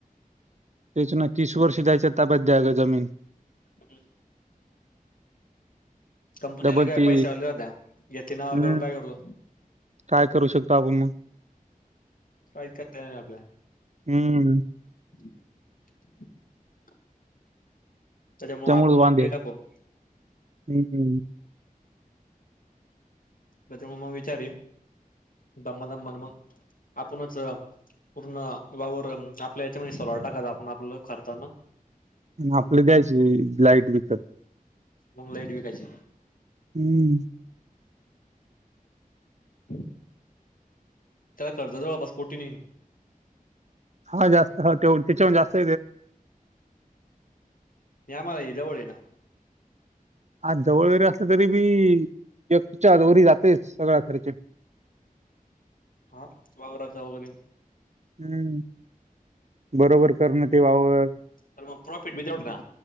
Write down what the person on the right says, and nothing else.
त्याच नाही तीस वर्ष द्यायच्या, ताब्यात त्यागं जमीन,
डबल
ती
हम्म
काय करू शकतो, आपण मग.
हम्म,
त्या
मुळ च
वांद्य,
हम्म
आपल्या द्यायची लाईट विकत,
हम्म,
हा जास्त ह त्याच्याहून त्याचा हुन, जास्त,
आज जवळ वगैरे असलं तरी बी एकच्या वर जाते सगळा खर्च
हम्म बरोबर करण ते वावर